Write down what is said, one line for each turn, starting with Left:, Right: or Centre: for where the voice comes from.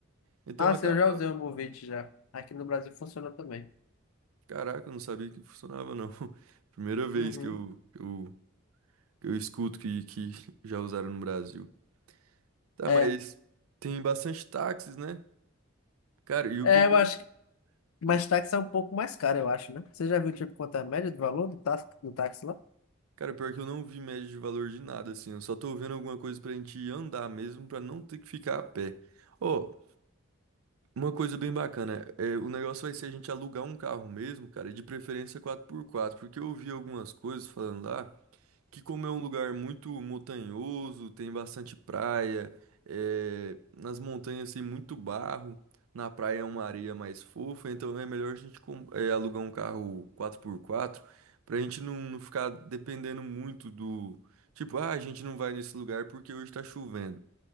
Right: Então
Left: Ah,
Right: acaba.
Left: sim, eu já usei o Movit já. Aqui no Brasil funciona também.
Right: Caraca, eu não sabia que funcionava, não. <laughs> Primeira vez
Left: Uhum.
Right: que eu, que eu, que eu escuto que, que <laughs> já usaram no Brasil. Tá,
Left: É.
Right: mas tem bastante táxis, né? Cara, e o
Left: É,
Right: que. que-
Left: eu acho, Mas
Right: o-
Left: táxi é um pouco mais caro, eu acho, né? Você já viu, tipo, quanto é a média do valor do táxi, do táxi lá?
Right: Cara, pior que eu não vi média de valor de nada, assim. Eu só tô vendo alguma coisa pra gente andar mesmo, pra não ter que ficar a pé. Ó, Uma coisa bem bacana, é, o negócio vai ser a gente alugar um carro mesmo, cara, e de preferência quatro por quatro porque eu vi algumas coisas falando lá que como é um lugar muito montanhoso, tem bastante praia, é, nas montanhas tem muito barro, na praia é uma areia mais fofa, então é melhor a gente com- é, alugar um carro 4x4 pra gente não, não ficar dependendo muito do, tipo, ah, a gente não vai nesse lugar porque hoje tá chovendo.